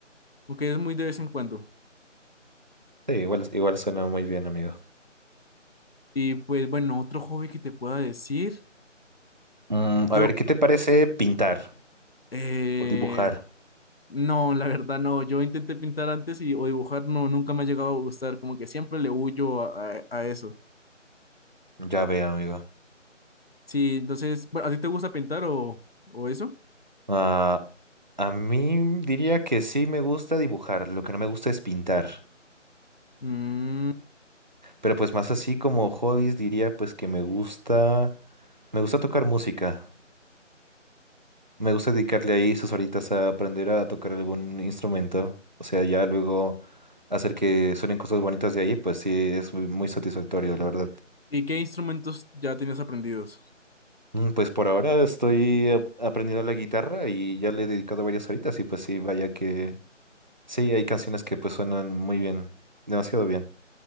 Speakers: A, on the left (about 50°); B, on the right (about 35°).
A: aunque es muy de vez en cuando.
B: Sí, igual, igual suena muy bien, amigo.
A: Y pues bueno, otro hobby que te pueda decir,
B: Mm,
A: yo,
B: a ver, ¿qué te parece pintar
A: eh,
B: o dibujar?
A: No, la verdad no. Yo intenté pintar antes y o dibujar, no, nunca me ha llegado a gustar. Como que siempre le huyo a, a- a eso.
B: Ya veo, amigo.
A: Sí, entonces, bueno, ¿a ti te gusta pintar o, o eso?
B: Ah, a mí diría que sí me gusta dibujar, lo que no me gusta es pintar.
A: Mm,
B: Pero pues más así como hobbies diría pues que me gusta, me gusta tocar música. Me gusta dedicarle ahí sus horitas a aprender a tocar algún instrumento. O sea, ya luego hacer que suenen cosas bonitas de ahí, pues sí, es muy muy satisfactorio, la verdad.
A: ¿y qué instrumentos ya tenías aprendidos?
B: Mm, Pues por ahora estoy ap- aprendiendo la guitarra y ya le he dedicado varias horitas y pues sí, vaya que sí, hay canciones que pues suenan muy bien, demasiado bien.